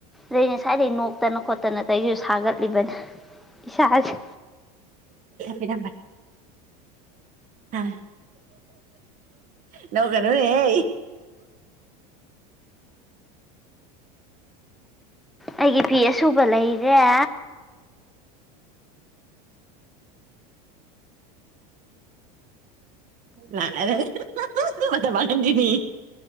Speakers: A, in the centre; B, on the right.
A: ꯑꯩ ꯉꯁꯥꯏꯗꯒꯤꯩ ꯅꯣꯛꯇꯅ ꯈꯣꯠꯇ ꯇꯠꯅꯇꯩꯁꯨ ꯁꯥꯒꯠꯂꯤꯕꯅꯤ ꯏꯁꯥꯥꯖꯦ
B: ꯃꯤꯅꯝꯕ ꯑ ꯅꯣꯛꯀꯅꯨꯅꯦꯍꯦ
A: ꯑꯩꯒꯤ ꯐꯤ ꯑꯁꯨꯕ ꯂꯩ ꯌꯥ
B: ꯂꯔꯦꯟꯗꯤꯅꯤ